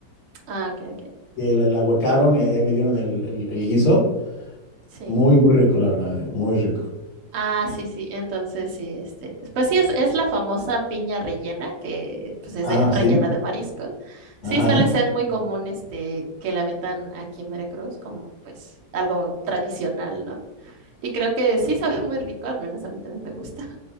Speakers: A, on the right; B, on the left.
A: Ah, ok, ok.
B: Y la, la huecaron y, ahí me dieron el, el- el guiso.
A: Sí.
B: Muy, muy rico, la verdad, eh, muy rico.
A: Ah, sí, sí. Entonces, sí, este, pues sí, es, es la famosa piña rellena, que pues es
B: Ah,
A: de- rellena
B: sí.
A: de mariscos. Sí,
B: Ajá.
A: suele ser muy común, este, que la vendan aquí en Veracruz como, pues, algo tradicional, ¿no? Y creo que sí sabe <laughs> muy rico, al menos a mí también me gusta.